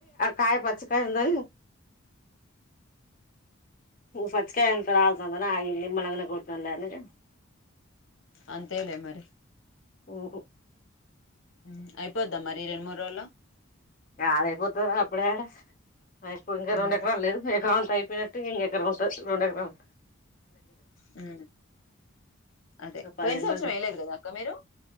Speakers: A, on the left (about 40°); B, on the left (about 75°).
A: కాయ పచ్చ <unintelligible> కందా <inaudible> పచ్చికాయ అంత రాల్తందని ఆగిన <unintelligible>
B: అంతేలే మరి
A: ఓ
B: హు అయిపోద్దా మరి రెండు మూడు రోజులు
A: కాలేపోత అప్పుడే <unintelligible> ఇంకా
B: మ్
A: రెండు ఎడ లేదు ఎడ ఉంటాయి గట్టిగా ఎ రెండు ఎకరాలు ఉంటాయి
B: హు అదే
A: పదిహేను
B: పోయిన్ సంవత్సరం
A: మంది
B: వేయలేదా అక్క మీరు